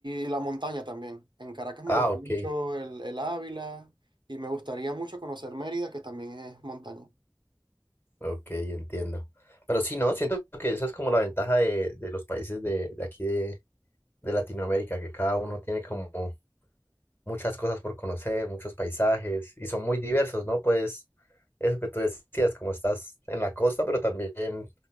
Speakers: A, on the right; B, on the left.
A: y la montaña también. En Caracas
B: Ah,
A: me gusta mucho
B: ok,
A: el, el Ávila y me gustaría mucho conocer Mérida, que también es montaña.
B: ok, entiendo. Pero sí, ¿no? Siento que esa es como la ventaja de, de los países de, de aquí de, de Latinoamérica, que cada uno tiene como muchas cosas por conocer, muchos paisajes, y son muy diversos, ¿no? Pues eso que tú decías, como estás en la costa, pero también